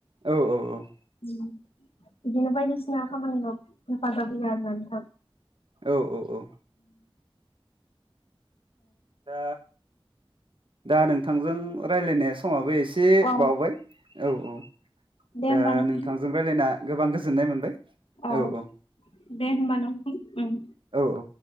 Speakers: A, on the right; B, on the left.
A: औ औ औ
B: उम इदिनो बायदिसिना खामानियाव हेफाजाब होया आरोना नोंथां?
A: औ औ औ दा दा नोंथांजों रायलायनाय समाबो एसे
B: औ
A: बावबाय औ औ
B: दे होमबा
A: दा
B: नोंथां
A: नोंथांजों राय्लायना गोबां गोजोननाय मोनबाय।
B: अ
A: औ औ
B: दे होमबा न नोंथां उम
A: औ औ